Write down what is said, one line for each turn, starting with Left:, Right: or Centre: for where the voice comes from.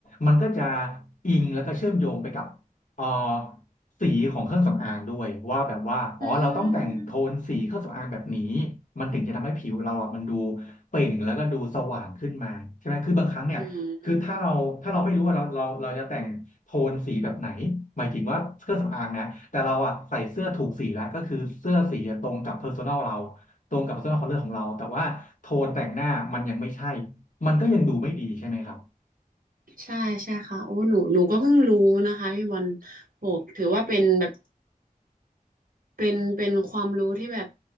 Left: มันก็จะอิงแล้วก็เชื่อมโยงไปกับเอ่อสีของเครื่องสำอางด้วยว่าแบบว่าอ๋อเราต้องแต่งโทนสีเครื่องสำอางแบบนี้
Right: อืม
Left: มันถึงจะทำให้ผิวเราอ่ะมันดูเปล่งแล้วก็ดูสว่างขึ้นมาใช่ไหมคือบางครั้งเนี่ย
Right: อืม
Left: คือถ้าเราถ้าเราไม่รู้ว่าเราเราเราจะแต่งโทนสีแบบไหนหมายถึงว่าเครื่องสำอางนะแต่เราอ่ะใส่เสื้อถูกสีแล้วก็คือเสื้อสีตรงกับ personal เราตรงกับ personal color ของเราแต่ว่าโทนแต่งหน้ามันยังไม่ใช่มันก็ยังดูไม่ดีใช่ไหมครับ
Right: ใช่ใช่ค่ะโอ้หนูหนูก็เพิ่งรู้นะคะพี่บอลโหถือว่าเป็นแบบเป็นเป็นความรู้ที่แบบ